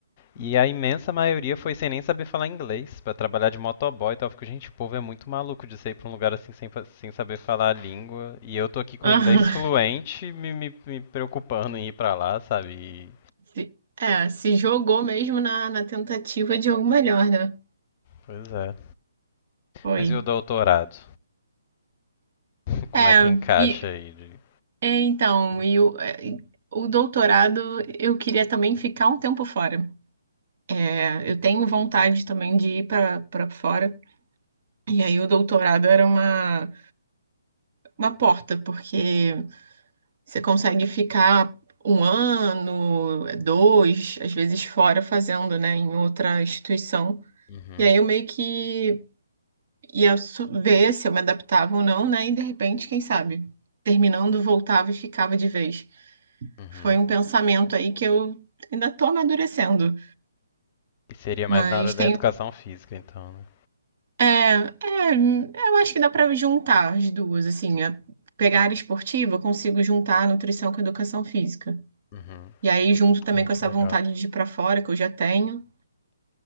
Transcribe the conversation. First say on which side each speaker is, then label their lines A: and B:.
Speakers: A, on the left; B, on the right.
A: E a imensa maioria foi sem nem saber falar inglês, pra trabalhar de motoboy e tal. Eu fico, gente, o povo é muito maluco de sair pra um lugar assim sem, fa- sem saber falar a língua. E eu tô aqui com o inglês
B: Aham.
A: fluente, me, me, me preocupando em ir pra lá, sabe? E-
B: Se- É, se jogou mesmo na, na tentativa de algo melhor, né?
A: Pois é.
B: Foi.
A: Mas e o doutorado? <laughs> Como
B: É,
A: é que encaixa
B: e
A: aí? de-
B: É, então, e o, é, o doutorado eu queria também ficar um tempo fora. É, eu tenho vontade também de ir para para fora. E aí o doutorado era uma, uma porta, porque você consegue ficar um ano, dois, às vezes fora fazendo, né, em outra instituição.
A: Uhum,
B: E aí eu meio que ia su- ver se eu me adaptava ou não, né? E de repente, quem sabe, terminando, voltava e ficava de vez.
A: uhum.
B: Foi um pensamento aí que eu ainda tô amadurecendo,
A: E seria mais
B: mas
A: na hora da
B: tenho.
A: educação física, então, né?
B: É, é, eu acho que dá pra juntar as duas, assim. a- pegar a área esportiva, eu consigo juntar a nutrição com a educação física.
A: Uhum.
B: E aí, junto também
A: Ah,
B: com
A: que
B: essa
A: legal.
B: vontade de ir pra fora que eu já tenho.